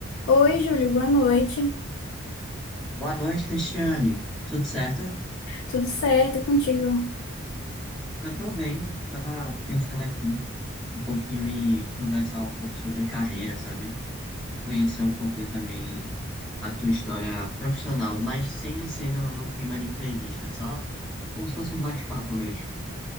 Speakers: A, on the left (about 85°); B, in the centre.
A: Oi, Júlio, boa noite.
B: Boa noite, Cristiane. Tudo certo?
A: Tudo certo e contigo?
B: Eu tô bem. Tava pensando aqui um pouquinho e conversar um pouco sobre carreira, sabe? Conhecer um pouquinho também a tua história profissional, mas sem ser no, num clima de entrevista, só como se fosse um bate-papo mesmo.